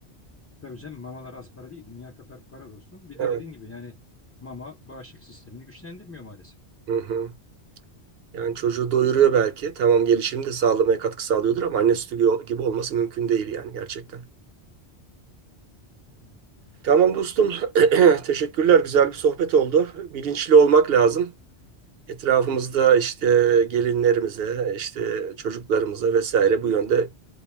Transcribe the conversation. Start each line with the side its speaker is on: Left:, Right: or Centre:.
Left: Tabii canım mamalar az para değil. Dünya kadar para dostum. Bir
Right: Evet.
Left: de dediğin gibi yani mama bağışıklık sistemini güçlendirmiyor maalesef.
Right: Hı hı. Yani çocuğu doyuruyor belki. Tamam gelişimi de sağlamaya katkı sağlıyordur ama anne sütü gibi gibi olması mümkün değil yani gerçekten.
Left: Evet.
Right: Tamam dostum. <clears throat> Teşekkürler. Güzel bir sohbet oldu. Bilinçli olmak lazım. Etrafımızda işte gelinlerimize, işte çocuklarımıza vesaire bu yönde